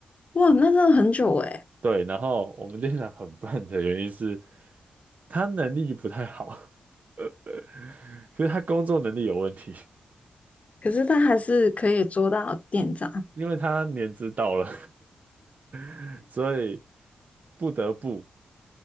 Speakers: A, on the left; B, on the right.
A: 哇，那真的很久诶，
B: 对，然后我们店长很笨的原因是，他能力不太好，<laughs> 呃，所以他工作能力有问题，
A: 可是他还是可以捉到店长，
B: 因为他年资到了，<laughs> 所以不得不，